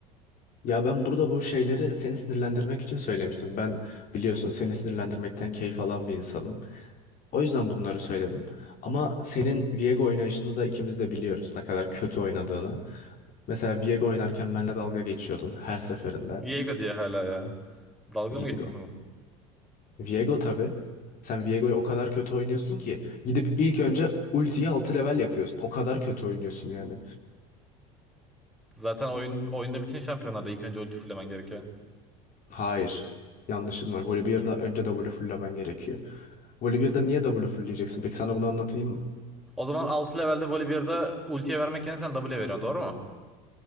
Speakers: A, on the left; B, in the centre.
A: Ya ben burada bu şeyleri seni sinirlendirmek için söylemiştim. Ben biliyorsun seni sinirlendirmekten keyif alan bir insanım. O yüzden bunları söyledim. Ama senin Viego oynayışını da ikimiz de biliyoruz ne kadar kötü oynadığını. Mesela Viego oynarken benimle dalga geçiyordun her seferinde.
B: Viego diye hala ya. Dalga
A: Viego.
B: mı geçiyorsun?
A: Viego tabii. Sen Viego'yu o kadar kötü oynuyorsun ki gidip ilk önce ultiyi 6 level yapıyorsun. O kadar kötü oynuyorsun yani.
B: Zaten oyun oyunda bütün şampiyonlarda ilk önce ulti fullemen gerekiyor.
A: Hayır. Yanlışın var. Volibear'da önce W fulllemen gerekiyor. Volibear'da niye W fullleyeceksin? Peki sana bunu anlatayım mı?
B: O zaman 6 levelde Volibear'da ultiye vermek yerine sen W'ye veriyorsun doğru mu?